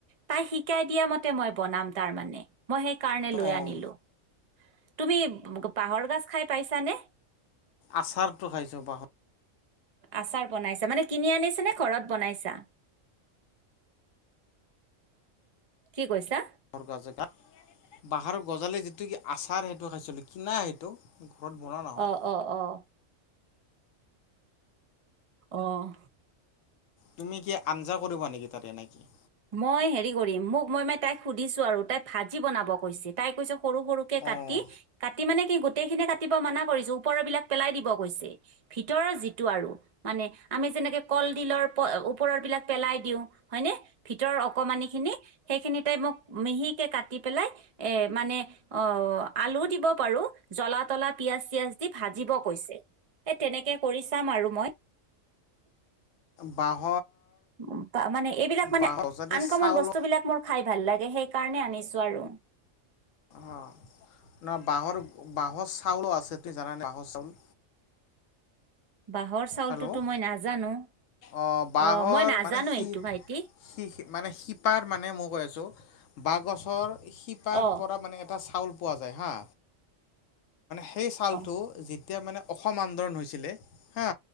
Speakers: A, on the right (about 40°); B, on the left (about 75°).
A: তাক শিকাই দিয়া মতে মই বনাম তাৰ মানে। মই সেই কাৰণে লৈ
B: অঁ
A: আনিলো তুমি পাহৰ গছ খাই পাইছ চানে।
B: আচাৰটো খাইছোঁ বাহৰ
A: আচাৰ বনাইছা মানে কিনি আনিছা নে ঘৰত বনাইছা? <inaudible> কি কৈছা?
B: গজা বাঁহৰ গজালি যিটো কি আচাৰ সেইটো খাইছিলো কিনা সেইটো। ঘৰত বনোৱা নহয়
A: অ অ অ। আহ।
B: তুমি কি আঞ্জা কৰিবা নেকি তাৰে এ নেকি।
A: মই হেৰি কৰিম মোক মই মানে তাইক সুধিছো আৰু তাই ভাজি বনাব কৈছে, তাই কৈছ সৰু সৰুকে কাটি
B: অঁ
A: কাটি মানে কি গোটেইখিনি কাটিব মাননা কৰিছো ওপৰৰ বিলাক পেলাই দিব কৈছে। ভিতৰৰ যিটো আৰু মানে আমি যেনেকে কলডিলৰ ওপৰ বিলাক পেলাই দিওঁ হয়নে ভিতৰৰ অকণমানিখিনি সেইখিনিতোই মোক মিহিকে কাটি পেলাই এ মানে অ আলু দিব পাৰো জল তলা দি পিয়াজ চিয়াজ দি ভাজিব কৈছে সেই তেনেকে কৰি চাম আৰু মই।
B: বাহ
A: উম মানে এইবিলাক মানে
B: বাঁহৰ যদি
A: আনকমন
B: চাউল
A: বস্তু বিলাক মোৰ খাই ভাল লাগে সেইকাৰণে আনিছোঁ আৰু।
B: অ ন বাঁহৰ বাঁহৰ চাউলো আছে তুমি জানানে বাঁহৰ চাউল
A: বাঁহৰ চাউলটোতো
B: হেল্ল'
A: মই নাজানো
B: অঁ বাঁহৰ
A: অ, মই নাজানো
B: মানে সি
A: এইটো ভাইটি।
B: সি মানে শিপাৰ মানে মই কৈ আছোঁ বাঁহগছৰ শিপাৰ
A: অ
B: পৰা মানে এটা চাউল পোৱা যায় হা, সেই ফাল
A: অ
B: টো। এতিয়া মানে অসম আন্দোলন হৈছিলে হা